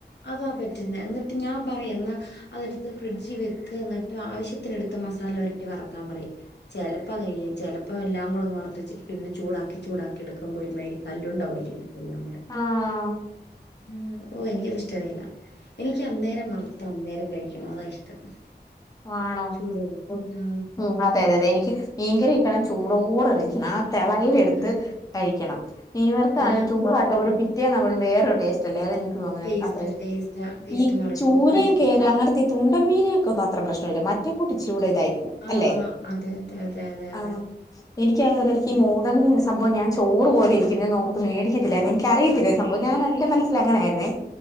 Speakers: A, on the left; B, on the left.
A: അതാ പറ്റുന്നെ, എന്നിട്ട് ഞാൻ പറയു എന്നാ. അതെടുത്ത് ഫ്രിഡ്ജി വെക്ക്. എന്നിട്ട് ആവശ്യത്തിനെടുത്ത്, മസാല പെരട്ടി വറക്കാൻ പറയും. ചെലപ്പ അങ്ങനെ ചെയ്യും. ചെലപ്പോ എല്ലാം കൂടങ് വറുത്തു വെച്ചിട്ട് പിന്നെ ചൂടാക്ക. ടാക്കി ചൂടാക്കി എടുക്കുമ്പോ, ഒരു മാതിരി കല്ലുണ്ട പോലെ ഇരിക്കും എല്ലാം കൂടെ.
B: ആഹ്
A: ഉം, ഓ എനിക്കത് ഇഷ്ടമില്ല. എനിക്ക് അന്നേരം വറ് ത ന്നേരം കഴിക്കണം. അതാ ഇഷ്ടം.
B: ആണോ?
A: ചൂടോടെ.
B: ഉം,
A: ആ,
B: അതെ, അതെ, അതെ എനിക്ക്. മീങ്കറിയൊക്കെ ആണേൽ ചൂടോടെ കഴിക്കണം. ആഹ്, തെളയിലെടുത്ത്
A: ആ,
B: കഴിക്കണം. മീൻ വറുത്തത്
A: ആ,
B: ആണെങ്കി ചൂട് ആക്കുബോൾ പിറ്റേന്ന് ആവുമ്പോൾ വേറൊര്. ടേസ്റ്റ് ല്ലെ, അതെനിക്കും അങ്ങ
A: ടേസ്റ്റ്
B: അത്ര,
A: ടേസ്റ്റ് ടേസ്റ്റ്
B: ഈ
A: മാറിപ്പോവും.
B: ചൂരം
A: അതെ.
B: കേര അങ്ങനെത്തെ. ഈ, തുണ്ടം മീന്കൾ കൊന്നും അത്ര പ്രശ്നമില്ല. മറ്റേ കൂട്ട് ഇച്ചിരി കൂടെ ഇതായി.
A: ആ,
B: അല്ലെ,
A: അതെ, അതെ, അതെ, അതെ, അതെ.
B: ആഹ്, എനിക്കാണെ ഒരിടെക്കി.
A: മ്മ്.
B: മോ അത് സംഭവം ഞാൻ ചോറ് പോലെ ഇരിക്കുന്നെ എന്നോർത്ത് മേടിക്കത്തില്ലായിരുന്നു. എനിക്കറിയത്തില്ലായിരുന്നു സംഭവം. ഞാൻ, എന്റെ മനസ്. ൽ അങ്ങനെ യായിരുന്നേ?